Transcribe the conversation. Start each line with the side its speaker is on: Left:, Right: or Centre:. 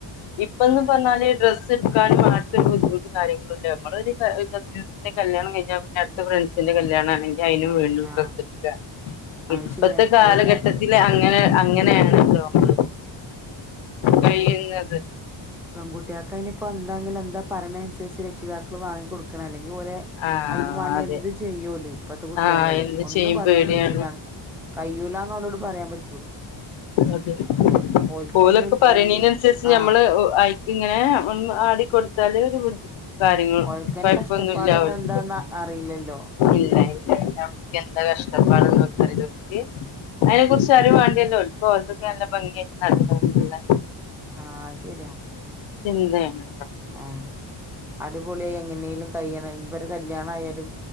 Left: ഇപ്പന്ന് പറഞ്ഞാല് ഡ്രസ്സ് എടുക്കാ മാറ്റൊന്നല്ല യ നമ്മള് കസിന്റെ കല്യാണം കഴിഞ്ഞ പിന്നെ അടുത്ത് ഫ്രണ്ട്സിന്റെ കല്യാണ അതിനു വീണ്ടും
Centre: ആഹ്
Left: ഡ്രസ്സ്‌ ഡ്ക
Centre: അത്
Left: ഇപ്പത്തെ
Centre: ശരിയാണ് ഇപ്പൊ
Left: കാലഘട്ടത്തി
Centre: പിന്നെ
Left: അങ്ങനെ അങ്ങനെയാണ്ല്ലോത് കഴിയുന്നത്
Centre: പെൺകുട്ടൾ അതിനിയിപ്പോൊ എന്താങ്കിലും എന്താ പറണ അനുസരിച്ച് രക്ഷിതാക്കൾ വാങ്ങി കൊടുക്കണം അല്ലെങ്കി ഓലെ
Left: ആഹ്
Centre: അതിന് വേണ്ടി
Left: അതെ
Centre: എന്ത്തു ചെയ്യൂല ഇപ്പത്തെ കുട്ടികളെ
Left: ആഹ് എന്ത്
Centre: ഒന്നും
Left: ചെയ്യും
Centre: പറയാൻ
Left: പേടിയാണ്
Centre: പറ്റു ല്ല കയ്യൂല എന്നന്ന് ഓലോട് പറയാൻ പറ്റ
Left: അതെ
Centre: ഓൽക്കൊന്നും
Left: ഓ ലൊക്കെ പറയണതിനനുസരിച്ച്
Centre: ഒ
Left: ഞമ്മള്
Centre: ആഹ്
Left: ഇങ്ങനെ ആടിക്കൊടുത്താല് ഒരു ബുദ് കാര്യങ്ങൾ
Centre: ഓൽക്കയിന്
Left: പഴപ്പൊന്നും
Centre: കഷ്ടപ്പാടൊന്നും
Left: ഇല്ലപ്പ
Centre: എന്താന്ന് അറിയില്ലല്ലോ
Left: ഇല്ല ഇല്ല നമുക്ക് എന്താ കഷ്ടപ്പാട അതി അതിനെ കുുറിച്ച് അറി വേണ്ടിയല്ലാം ഒളക്ക അതൊക്കെ നല്ല ഭംഗിയ ആല്ല
Centre: ആഹ ശരിയാ
Left: ചിന്തയാണ്
Centre: ആ അടിപൊളിയ എങ്ങനെലും കഴിയണം ഇ കല്യാണയാലും